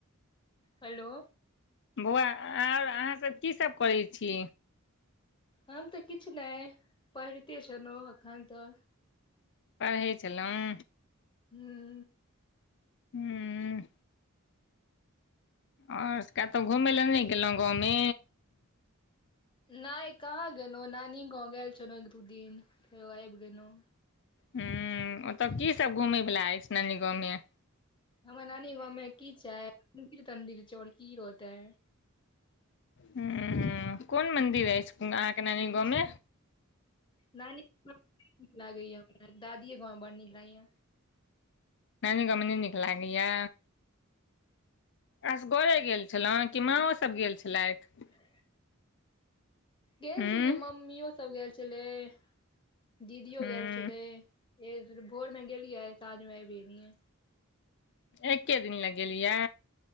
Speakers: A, on the left; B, on the left.
A: हेलो
B: बौआ आर अहाँसभ की सभ करै छी
A: हम तऽ किछु नहि पढिते छलहूँ एखन तऽ।
B: परढ़ै छलहुँ।
A: हूँ
B: हूँ उँ आओर कतहु घूमय लए नहि गेलहुँ गाँवमे
A: नै कहाँ गेलहुँ नानी गाँव गेल छलहुँ एक दू दिन फेरो आबि गेलहुँ
B: हूँ ओत की सब घूमय वला अछि नानी गाँव मे
A: हमर नानी गाँवमे की छै मन्दिर तंन्दिर छै आओर की रहतेै।
B: हूँ-उँ कोन मन्दिर अछि। अहाँके
A: किछ
B: नानी
A: नहि
B: गाँवमे
A: छै नानी। नीक लागैया हमरा दादीे ये गाँव बड़ नीक लागैया
B: नानी गाममें नै नीक लागैया। असगरे गेल छलहुँ कि माँओ सब गेल छलथि
A: <unintelligible> गेल
B: हूँ
A: छलिये मम्मियों सब गेल छलेइ दीदियों
B: हूँ
A: गेल। छले भोरमे गेलिये साझमे आइबे गेलिए।
B: एके दिन ला गेलिये